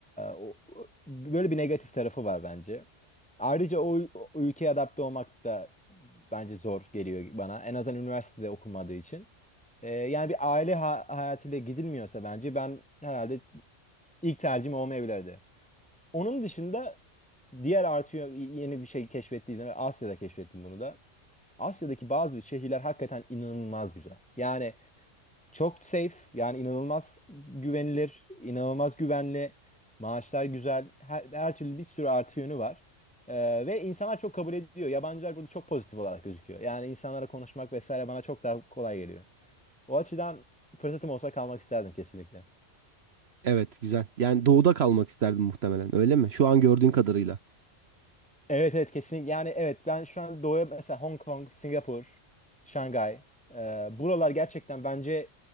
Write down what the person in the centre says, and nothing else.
o- o- böyle bir negatif tarafı var bence. Ayrıca o, o ülkeye adapte olmak da bence zor geliyor bana. En azından üniversitede okunmadığı için. Ee, yani bir aile ha hayatıyla gidilmiyorsa bence ben herhalde ilk tercihim olmayabilirdi. Onun dışında diğer artıyor yeni bir şey keşfettiydim. Asya'da keşfettim bunu da. Asya'daki bazı şehirler hakikaten inanılmaz güzel. Yani çok safe yani inanılmaz güvenilir, inanılmaz güvenli, maaşlar güzel, her, her türlü bir sürü artı yönü var. Ee, ve insanlar çok kabul ediyor. Yabancılar burada çok pozitif olarak gözüküyor. Yani insanlara konuşmak vesaire bana çok daha kolay geliyor. O açıdan fırsatım olsa kalmak isterdim kesinlikle.
Evet evet kesinlikle yani evet ben şu an doğuya mesela Hong Kong, Singapur, Şangay e, buralar gerçekten bence